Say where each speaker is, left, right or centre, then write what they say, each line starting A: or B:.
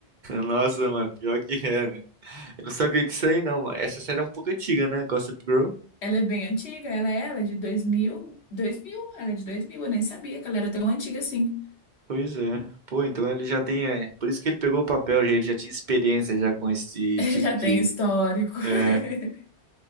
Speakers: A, on the right; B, on the left.
A: Nossa, mano, pior que é, né? Eu não sabia disso aí, não, mano. Essa série é um pouco antiga, né? Gossip Girl.
B: Ela é bem antiga, ela é, ela é de 2000. 2000? Ela é de 2000, eu nem sabia que ela era tão antiga assim.
A: Pois é. Pô, então ele já tem. é, Por isso que ele pegou o papel, já- ele já tinha experiência já com esse
B: <laughs>
A: tipo
B: Já
A: de.
B: tem histórico.
A: É.
B: <laughs>